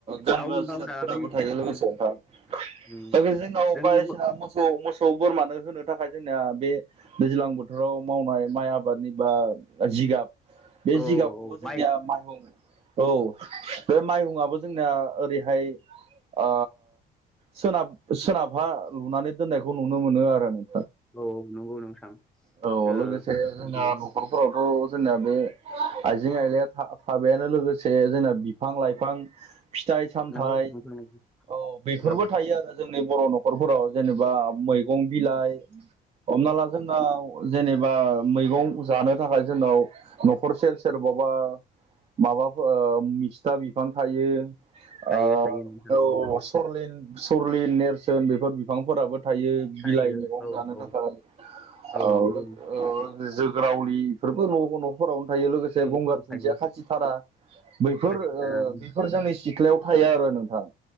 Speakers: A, on the right; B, in the centre.
A: गानग्रा
B: गावनो गाव
A: जिरादफोराबो।
B: दानानै उम
A: थायो‌ लोगोसे नोंथां
B: उम
A: जोंनाव दा बे जोंनाव
B: जोंनि
A: बायदिसिना
B: ब
A: मोसौ। मोसौ बोरमानो होनो थाखाय जोंनिया बे दैज्लां बोथोराव मावनाय माइ आबादनि बा। जिगाब बे
B: औ
A: जिगाबखौबो
B: औ औ
A: जोंनिया
B: माइ
A: माइहुं औ बे माइहुआबो। जोंनाया ओरैहाय ओ सोनाब। सोनाबहा लुनानै दोननायखौ नुनो मोनो आरो नों।
B: औ औ नंगौ नोंथां
A: औ लोगोसे
B: ओ
A: जोंना
B: नंगौ
A: न'खरफोराव औ जोंना बो। आइजें आइलाया थाबायानो लोगोसे जोंना बिफां लाइफां। फिथाइ सामथाइ
B: नंगौ नोंथां नंगौ
A: औ बेफोरबो
B: औ
A: थायो आरो। जोंनि बर' न'खरफोराव जेनेबा मैगं बिलाइ हमना ला जोंनाव। जेनेबा मैगं जानो थाखाय जोंनाव न'खर सेर सेरबाव। बा माबाफोर मिस्था बिफां थायो। औ
B: थायो थायो नोंथां औ
A: सरलिन सरलिन नेरसोन बेफोर बिफांफोराबो। थायो
B: थायो
A: बिलाइ मैंगं
B: औ
A: जानो
B: औ
A: थाखाय
B: औ
A: ओ
B: नंगौ
A: जोब। रावलिफोरबो न'बो न'फोराव। थायो लोगोसे
B: न'फोराव
A: गंगार दुुनदिया
B: थायो
A: खासि थारा बैफोर
B: खासि
A: ओ
B: दानानै
A: बिफोर जोंनि सि सिथ्लायाव थायो आरो नोंथां।